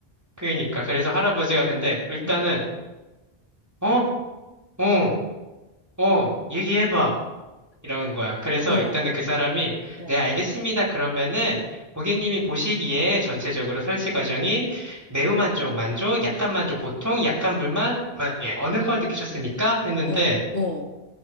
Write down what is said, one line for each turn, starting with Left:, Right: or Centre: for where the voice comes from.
Right: 그러니까, 그래서 할아버지가 근데, 일단은,
Left: 어.
Right: 어? 어? 어? 얘기해봐. 이런 거야. 그래서
Left: 어.
Right: 일단은 그 사람이,
Left: 어.
Right: 네, 알겠습니다. 그러면은 고객님이 보시기에 전체적으로 설치 과정이 매우 만족, 만족, 약간 만족, 보통, 약간 불만, 불만, 예, 어느 걸 느끼셨습니까? 했는데
Left: 어. 어.